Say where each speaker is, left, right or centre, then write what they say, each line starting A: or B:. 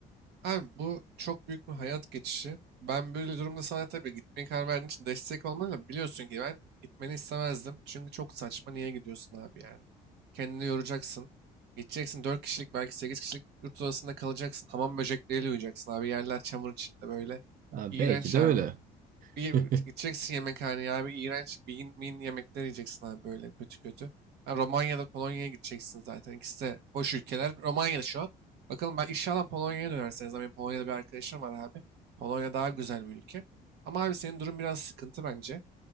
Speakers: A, on the right; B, on the right.
A: Abi bu çok büyük bir hayat geçişi. Ben böyle durumda sana tabii gitmeye karar verdiğin için destek olmalı da biliyorsun ki ben gitmeni istemezdim. Çünkü çok saçma niye gidiyorsun abi yani. Kendini yoracaksın. Gideceksin 4 kişilik belki 8 kişilik yurt odasında kalacaksın. Hamam böcekleriyle uyuyacaksın abi. Yerler çamur içinde böyle.
B: Abi
A: İğrenç
B: belki de
A: abi.
B: öyle.
A: Bir
B: <laughs>
A: gideceksin yemekhaneye abi. iğrenç bean mean yemekler yiyeceksin abi böyle kötü kötü. Ha, Romanya'da Polonya'ya gideceksin zaten. İkisi de boş ülkeler. Romanya'da şu an. Bakalım ben inşallah Polonya'ya dönerseniz. Benim Polonya'da bir arkadaşım var abi. Polonya daha güzel bir ülke. Ama abi senin durum biraz sıkıntı bence.